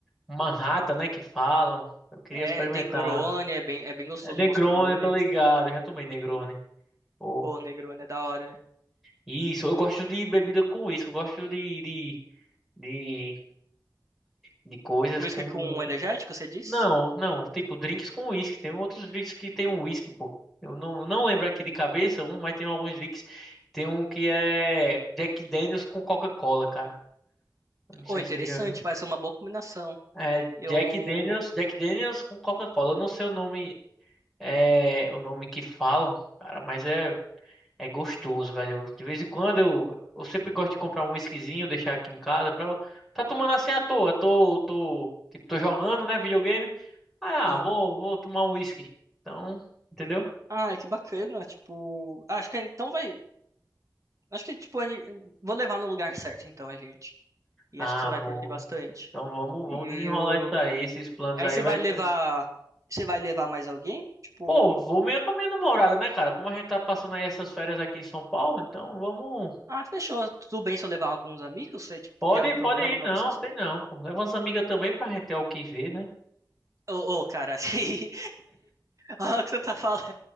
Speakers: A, in the centre; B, on the right.
A: Manhattan, né, que falam. Eu queria
B: É,
A: experimentar.
B: Negroni é bem, é bem gostoso,
A: É Negroni,
B: o Moscow Mule.
A: eu tô ligado, eu já tomei Negroni. Pô.
B: Pô, Negroni é da hora.
A: Isso, eu gosto de bebida com uísque, eu gosto de, de, de, de coisas
B: Whisky
A: com.
B: com energético, você diz?
A: Não, não, tipo drinks com uísque. Tem outros drinks que tem um uísque, pô. Eu não, não lembro aqui de cabeça um, mas tem alguns drinks. Tem um que é Jack Daniels com Coca-Cola, cara. Eu não sei
B: Ô, interessante,
A: se você já.
B: vai ser uma boa combinação.
A: É Jack
B: Eu.
A: Daniels, Jack Daniels com Coca-Cola. Eu não sei o nome, é, o nome que falam, cara, mas é. É gostoso, velho. De vez em quando eu, eu sempre gosto de comprar um whiskyzinho, deixar aqui em casa pra tá tomando assim à toa. Tô, tô, tipo, tô jogando, né, videogame. Ah,
B: Uhum.
A: ah, vou, vou tomar um whisky. Então, entendeu?
B: Ah, que bacana. Tipo, ah, acho que então vai. Acho que, tipo, ani- vou levar no lugar certo, então, a gente. E
A: Ah,
B: acho que você vai
A: boa.
B: curtir bastante.
A: Então vamos, vamos
B: E
A: desenrolar
B: eu...
A: isso aí, esses planos
B: aí
A: aí
B: você
A: vai
B: vai levar.
A: sair.
B: Você vai levar mais alguém? Tipo,
A: Pô, vou meio com a minha namorada, né, cara? Como a gente tá passando aí essas férias aqui em São Paulo, então vamos.
B: ah, fechou. Tudo bem se eu levar alguns amigos? Você, tipo,
A: Pode,
B: tem algum problema
A: pode ir,
B: pra
A: não,
B: vocês?
A: tem não, pô. Leva umas amigas também pra gente ter o que ver, né?
B: Ô, ô, cara, <laughs> assim. Olha o que você tá falando.